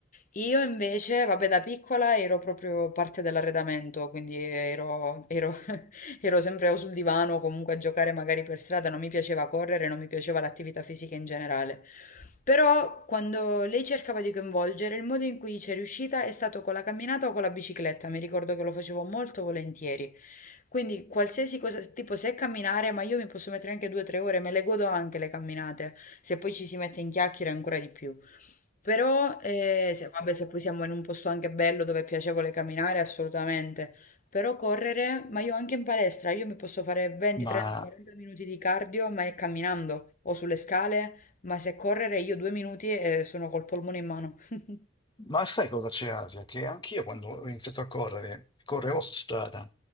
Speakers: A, on the left (about 40°); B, on the left (about 25°).
A: Io invece, vabbè, da piccola ero proprio parte dell'arredamento, quindi ero, ero Ero sempre o sul divano o comunque a giocare magari per strada, non mi piaceva correre, non mi piaceva l'attività fisica in generale. Però quando lei cercava di coinvolgere, il modo in cui ci è riuscita è stato con la camminata o con la bicicletta, mi ricordo che lo facevo molto volentieri. Quindi qualsiasi cosa, tipo se è camminare, ma io mi posso mettere anche due o tre ore, me le godo anche le camminate, se poi ci si mette in chiacchiere ancora di più. Però, eh, se, vabbè, se poi siamo in un posto anche bello dove è piacevole camminare, assolutamente. Però correre, ma io anche in palestra, io mi posso fare 20,
B: Ma
A: 30, 40 minuti di cardio, ma è camminando o sulle scale, ma se correre io due minuti e sono col polmone in mano. <laughs>
B: Ma sai cosa c'è Asia? Che anch'io quando ho iniziato a correre, correvo su strada.